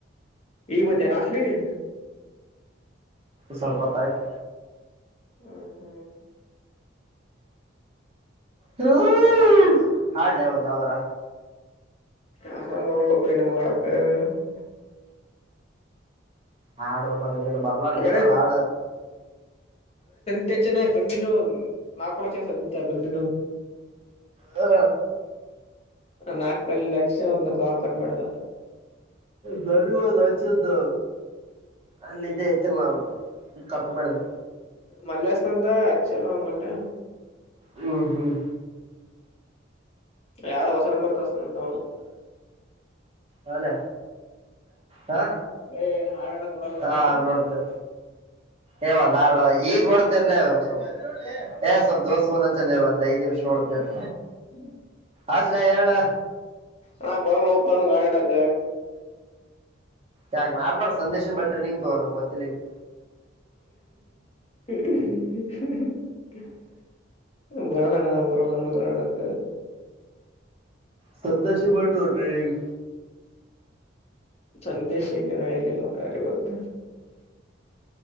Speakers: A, on the left; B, on the right.
A: ಈಗ ಬತ್ತೆನ ಹಾಷ್ಟಲಿಗೀ
B: ಸ್ವಲ್ಪತ್ತಯ್ತು
A: ಹ್ಮ್ ಹ್ಮ್
B: ಹ್ಮ ಹಾಡ್ಲೆ ಒಂದ ಯಾವದರ.
A: ಹಸ ಬರಲ್ಲ ಪಯ ನಮ್ಮ ಮಾಡಳಕ <unintelligible>
B: ಹಾಡು ಮಾರಯ ನೀನು ಬರ್ಲಾರ್ದೇನದ
A: ಅಗಳೇ
B: ಹಾಡ.
A: ಇಚ್ಚನೆ ಕಂಟಿನ್ಯೂ ನಾಕೂಡಚ ಸಂತ ಕಂಟಿನ್ಯೂ
B: ಹ
A: ನಾಕಲ್ಲಿ ಲಕ್ಷ ಒಂದ ಕ ಕಟ್ ಮಾಡಿದ
B: ಧನ್ವಾದ ಅಚ್ಚದ ಅಲ್ಲಿ ಇದೇ ಎತ್ತಲ್ಲ ಒದು ಕಟ್ ಮಾಡಿದ್ದ
A: ಮಲ್ಲೆಸ್ತಂದ ಹಚ್ಚಲ್ಲ ಮಲ್ಲೆ
B: ಹ್ಮ್ ಹ್ಮ್
A: ಯಾವಾರ ವಸರ ಪರ್ತತಾನ ಅಂತ
B: ಹಲ ಹಾ
A: ಏ ಹಾಡ್ ಆಡಕ್ ಬರಲ್ಲ ನಮಗ
B: ಹಾ ನೋಡ್ತೇ ಏ ಒಂದ್ ಆರ್ಡ್ ಈಗ ಹೊಡ್ತಿರ್ಲ ಸ್ವಲ್ಪ ಏ ಸ್ವಲ್ಪ್ ದೋಸ ನರ್ ಒಂದ್ ಐದ್ ನಿಮಿಷ ಹೊಡ್ತನರ್
A: ಹ್ಮ
B: ಆಜಲ ಏಳ
A: ಹಾ ಬರಲ್ಲ ಹಓಪಂಗ ಕಡಡಾಕ್ಕ
B: ಯಾಗ ಮಾಡ್ಬಾರು ಸಂದೇಶ ಬ ಟ್ರನಿಂಗ್ ತಗೋ ನಮ್ ಗೊತ್ತಿಲ್ಲಲಿಕ್ಕೆ
A: ಹು ಹೂ ಬರಲ್ಲಣಾ ಬರಲ್ಲಮ್ಮ ಕರಡಾಕ
B: ಸದ್ಯ ಶ ಬಟು ನಿಂಗ
A: ಸಂದೇಶ ಇಲ್ಲಿ ನ ಇಲ್ಲ ಯಾರವತ್ತ